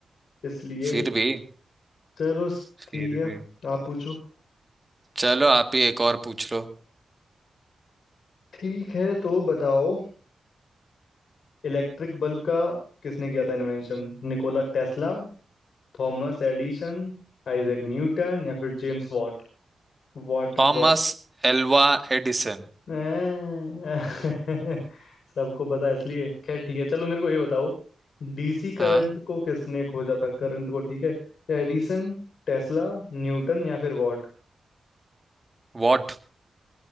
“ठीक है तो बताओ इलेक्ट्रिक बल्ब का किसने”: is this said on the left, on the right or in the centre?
Left